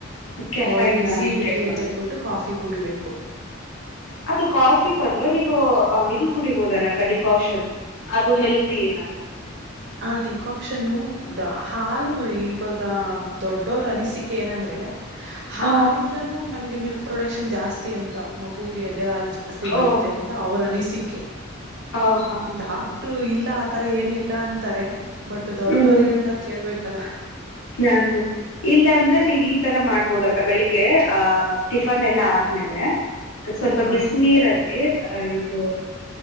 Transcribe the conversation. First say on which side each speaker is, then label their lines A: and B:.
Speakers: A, on the left; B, on the right.
A: ಕೆಫೈನ್
B: ಬಾಡಿ ಬಿಸಿ
A: ಇಂಟೇಕ್
B: ಇರ್ಲಿ
A: ಮಾಡ
B: ಅಂತೇಳ್ಬಿಟ್ಟು ಕಾಫಿ ಕುಡಿಬೇಕು
A: ಅದು ಕಾಫಿ ಪದಲು ನೀವು ಇದು ಕುಡಿಬಹುದಲ್ಲ ಡಿಕಾಷನ್ ಅದು ಹೆಲ್ದಿಿನ
B: ಹ ಟಿಕಾಕ್ಷನು ಹಾಲ್ ಇವಾಗ ದೊಡ್ಡವ ರ ಅನ ಸಿ ಏನಂದ್ರೆ ಹಾಲಿಂದನೂ
A: ಹಾ
B: ನಮಗೆ ಮಿಲ್ಕ್ ಪ್ರೊಡಕ್ಷನ್ ಜಾಸ್ತಿ ಅಂತ ಮಗುಗೆ ಎದೆೇ ಹಾಲ್ ಜಾಸ್ತಿ ಬರುತ್ತೆ
A: ಓ
B: ಅಂತ ಅವರ ಅನಿಸಿಕ
A: ಹ ಹಾ ಹಾ ಹಾ
B: ಡಾಕ್ಟ್ರು
A: ಹಾ.
B: ಇಲ್ಲ ಆತರ ಏನಿಲ್ಲ ಅಂತಾರೆ ಬಟ್ ದೊಡ್ಡೋರು
A: ಹ್ಮ್
B: ಹೇಳ್ದಾಗ ಕೇಳ್ಬೇಕಲ್ಲ
A: ಹಾ ಹಾ ಇಲ್ಲ ಅಂದ್ರೆ ನೀವು ಈ ತರ ಮಾಡ್ ಬೋದಕ ಬೆಳಿಗ್ಗೆ ಆಹ್ ಟಿಫನ್ ಎಲ್ಲ ಆದ್ಮೇಲೆ ಸ್ವಲ್ಪ
B: ಹಾ
A: ಬಿಸ ನೀೀರಲ್ಲಿ ಅ ಇದು